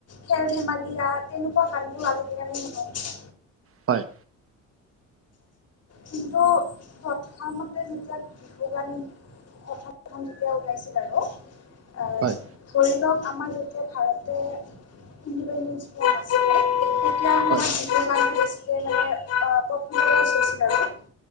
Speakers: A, on the left; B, on the right.
A: খেল ধেমালীয়া তেনেকুৱা গানবোৰ আজিকালি আমি শুনো।
B: হয়।
A: কিন্তু, প্ৰথমতে যেতিয়া বিহু গান প্ৰথম, প্ৰথম যেতিয়া ওলাইছিল আৰু আহ
B: হয়
A: ধৰি লওঁক আমাৰ যেতিয়া ভাৰত ইনণ্ডিপেণ্ডেঞ্চ হোৱা নাছিলে, তেতিয়াৰ
B: হয়
A: সময়ত বিহু গানটো। মানে <unintelligible>